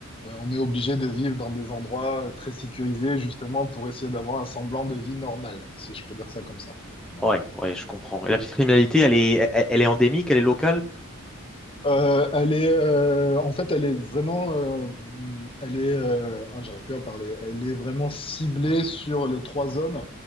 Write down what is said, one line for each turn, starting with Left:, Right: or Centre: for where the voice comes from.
Left: Euh, on est obligé de vivre dans des endroits euh, très sécurisés justement pour essayer d'avoir un semblant de vie normale, si je peux dire ça comme ça. Voilà.
Centre: ouais, ouais, je comprends. Et la petite criminalité, elle est, elle, elle est endémique, elle est locale?
Left: Euh, elle est, euh, en fait, elle est vraiment, euh, elle est, euh, ah, j'arrive plus à parler. Elle est vraiment ciblée sur les trois zones